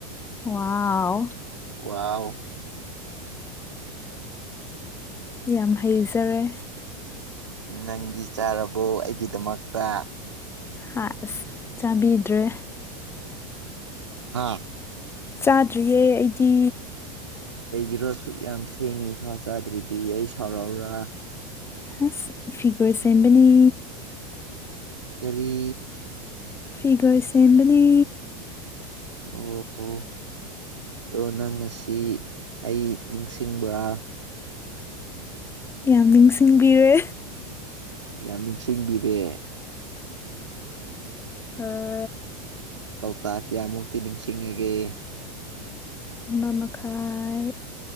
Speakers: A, on the left; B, on the right.
A: ꯋꯥꯎ
B: ꯋꯥꯎ
A: ꯌꯥꯝ ꯍꯩꯖꯔꯦ
B: ꯅꯪꯗꯤ ꯆꯥꯔꯕꯣ ꯑꯩꯒꯤꯗꯃꯛꯇ
A: ꯍꯥ ꯑꯁ ꯆꯥꯕꯤꯗ꯭ꯔꯦ
B: ꯍꯥꯥ
A: ꯆꯥꯗ꯭ꯔꯤꯌꯦ ꯑꯩꯗꯤ
B: ꯀꯩꯒꯤꯔꯣ ꯁꯨꯛ ꯌꯥꯝ ꯊꯦꯡꯉꯤ ꯐꯥꯎ ꯆꯥꯗ꯭ꯔꯗꯤ ꯑꯩ ꯁꯥꯎꯔꯛꯑꯣꯔꯥ
A: ꯍꯁ ꯐꯤꯒꯔ ꯁꯦꯝꯕꯥꯅꯤ
B: ꯀꯔꯤ
A: ꯐꯤꯒꯔ ꯁꯦꯝꯕꯅꯤ
B: ꯑꯣ ꯑꯣ ꯑꯗꯣ ꯅꯪ ꯉꯁꯤ ꯑꯩ ꯅꯤꯡꯁꯤꯡꯕ꯭ꯔꯥ
A: ꯌꯥꯝ ꯅꯤꯡꯁꯤꯡꯕꯤꯔꯦ
B: ꯌꯥꯝ ꯅꯤꯡꯁꯤꯡꯕꯤꯔꯦ
A: ꯍꯥ
B: ꯀꯧꯇꯥ ꯀꯌꯥꯃꯨꯛꯇꯤ ꯅꯤꯡꯁꯤꯡꯉꯒꯦ
A: ꯑꯃ ꯃꯈꯥꯏ